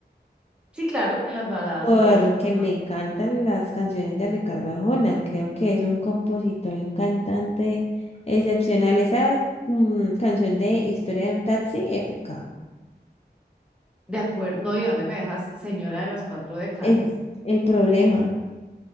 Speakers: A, in the centre; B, on the left.
A: Sí, claro, en las baladas
B: Porque
A: pop, ajá.
B: me encantan las canciones de Ricardo Arjona. Creo que es un compositor y un cantante excepcional. Esa mm, canción de Historia de un taxi, épica.
A: De acuerdo, no, ¿y dónde me dejas, señora de las cuatro décadas?
B: El, el problema.